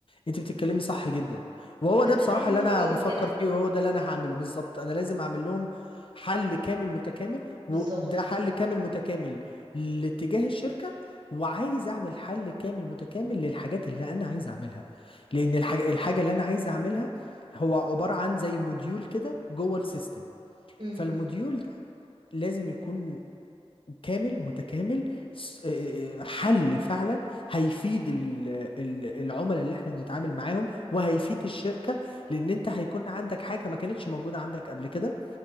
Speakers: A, on the left; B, on the right.
A: انت بتتكلمي صح جدا وهو
B: فانت
A: ده بصراحة
B: لازم
A: اللي
B: توريهم
A: انا بفكر
B: كده
A: فيه وهو ده اللي انا هعمله بالظبط انا لازم اعمل لهم حل كامل متكامل
B: بالظبط
A: وده حل كامل متكامل لاتجاه الشركة وعايز اعمل حل كامل متكامل للحاجات اللي انا عايز اعملها لان الحاجة الحاجة اللي انا عايز اعملها هو عبارة عن زي موديول كده جوه السيستم
B: امم
A: فالموديول ده لازم يكون كامل متكامل س- آه، آه، حل فعلا هيفيد ال- ال- العملاء اللي احنا بنتعامل معاهم وهيفيد الشركة لان انت هيكون عندك حاجة ما كانتش موجودة عندك قبل كده